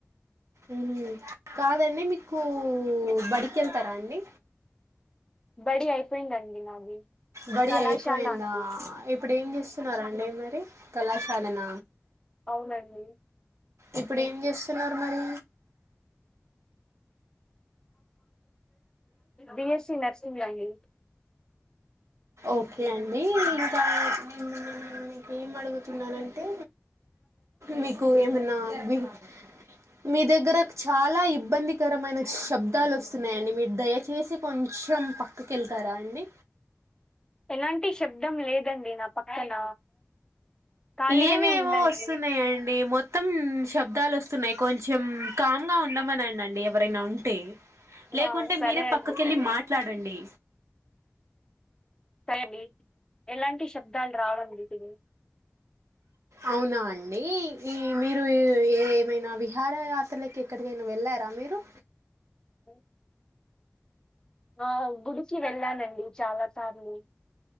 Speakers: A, on the right; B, on the left.
A: ఉమ్మ్ కాదండి మీకు బడికి వెళ్తారా అండి.
B: బడి అయిపోయిందండి నాది.
A: బడి
B: కళాశాల
A: అయిపోయిందా
B: అండి
A: ఇప్పుడు ఏం చేస్తున్నరండి మరి కళాశాలన.
B: అవునండి
A: ఇప్పుడు ఏం చేస్తున్నారు మరి.
B: బిఎస్సీ నర్సింగ్ అండి.
A: ఓకే అండి ఇంకా నేను ఏం అడుగుతున్నానంటే మీకు ఏమనా దిగు మీదగ్గర చాలా ఇబ్బందికరమైన శబ్దాలు వస్తున్నాయండి మీరు దయచేసి కొంచెం పక్కకెళ్తారా. కదా అండి.
B: ఎలాంటి శబ్దం లేదండి నా పక్కన. ఖాళీగానే
A: ఏమేమో
B: ఉందండి
A: వస్తున్నాయండి మొత్తం శబ్దాలు వస్తున్నాయ్ కొంచెం కామ్ గా ఉండం మనన్నండి ఎవరైనా ఉంటే లేకుంటే
B: ఆ సరే
A: మీరే
B: అండి
A: పక్కకెళ్ళి మాట్లాడండి.
B: సరే అండి ఎలాంటి శబ్దాలు రావండి ఇదిగో
A: అవునా అండి ఈ మీరు ఏ ఏమైనా విహార యాత్రలకి ఎక్కడికైనా వెళ్ళా రా మీరు
B: ఉ ఆ గుడికి వెళ్ళానండి చాలా సార్లు.